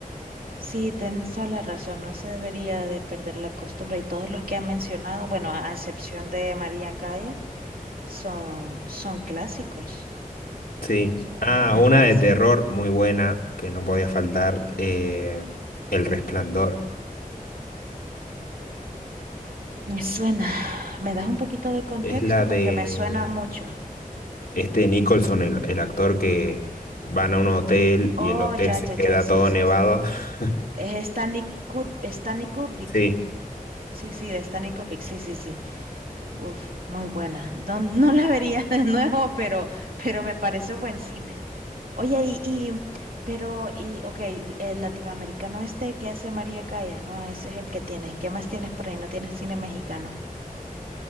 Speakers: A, on the right; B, on the left.
A: Sí, tienes toda la razón, no se debería de perder la costumbre y todos los que han mencionado, bueno, a a excepción de María Callas, son, son clásicos,
B: Sí.
A: Son-
B: Ah,
A: me, me
B: una
A: parece
B: de terror
A: bien.
B: muy buena que no podía faltar, eh, El Resplandor.
A: Me suena, ¿me das un poquito de contexto?
B: Es la de
A: Porque me suena mucho.
B: este Nicholson, el, el actor que van a un hotel
A: Oh,
B: y el hotel
A: ya,
B: se
A: ya,
B: queda
A: ya, sí,
B: todo
A: sí,
B: nevado.
A: sí.
B: <laughs>
A: Es Stanley, Kur- Stanley Kubrick.
B: Sí.
A: Sí, sí, de Stanley Kubrick. Sí, sí, sí. Uf, muy buena. No, no la vería <laughs> de nuevo, pero, pero me parece buen cine. Oye, y, y pero, y, ok, el latinoamericano este que hace María Callas, ¿no? Ese es el que tienes. ¿Qué más tienes por ahí? ¿No tienes cine mexicano?